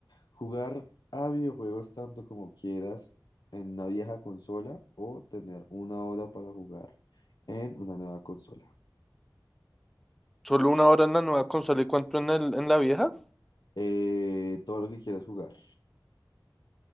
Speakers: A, on the left; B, in the centre.
A: jugar a videojuegos tanto como quieras en una vieja consola o tener una hora para jugar en una nueva consola.
B: Solo una hora en la nueva consola y cuánto en el, en la vieja.
A: Eh, todo lo que quieras jugar.